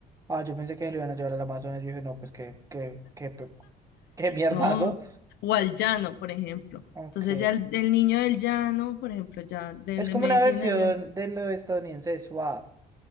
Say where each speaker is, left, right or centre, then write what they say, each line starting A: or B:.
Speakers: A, on the right (about 20°); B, on the left (about 75°).
A: Ah, yo pensé que lo iban a llevar al Amazonas. Yo dije, no, pues qué, qué, qué, qué mierdazo.
B: ¿no? O al llano, por ejemplo.
A: Ok.
B: Entonces ya el, el niño del llano, por ejemplo, ya del
A: Es
B: de
A: como
B: Medellín
A: una versión
B: allá,
A: de lo estadounidense de Swap.